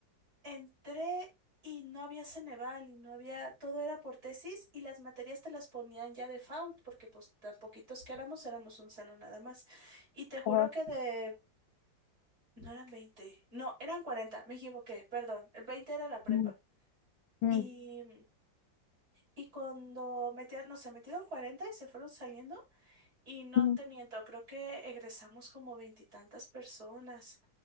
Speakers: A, on the right; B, on the left.
A: entré y no había Ceneval y no había, todo era por tesis y las materias te las ponían ya default porque pues tan poquitos que éramos, éramos un salón nada más. Y te juro
B: Ajá.
A: que de No eran 20, No, eran cuarenta, Me equivoqué, perdón. El 20 era la prepa.
B: Ujú, ujú,
A: Y, mm, y cuando metían, no sé, metieron 40 y se fueron saliendo. Y no
B: ujú,
A: te miento, creo que egresamos como veintitantas personas.